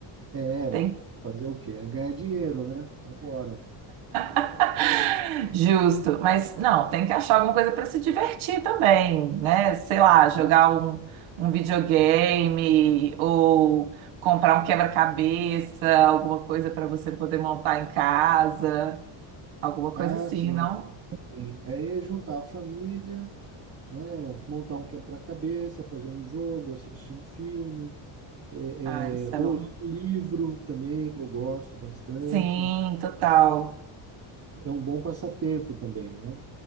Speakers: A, on the right; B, on the right.
A: é
B: Tem
A: fazer o quê? É ganhar dinheiro, né? Vambora.
B: <laughs> Justo, mas não, tem que achar alguma coisa para se divertir também, né? Sei lá, jogar
A: Ah, sim,
B: um, um videogame ou comprar um quebra-cabeça, alguma coisa para você poder montar em casa, alguma coisa
A: ah,
B: assim,
A: sim.
B: não?
A: sim. Aí é juntar a família, né? Montar um quebra-cabeça, fazer um jogo, assistir um filme, é,
B: Ah, isso
A: é, ou
B: é bom.
A: ler um livro também, que eu gosto bastante.
B: Sim, total.
A: É um bom passatempo também, né?